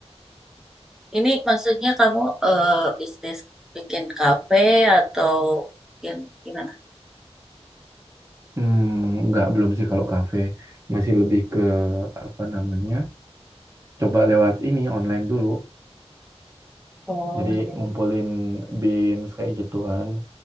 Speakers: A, in the centre; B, on the right.
A: ini maksudnya kamu eh, bisnis bikin kafe atau bikin gimana?
B: Hmm, nggak belum sih kalau kafe masih lebih ke apa namanya coba lewat ini online dulu
A: Oh
B: jadi
A: iya.
B: ngumpulin beans kayak gitu kan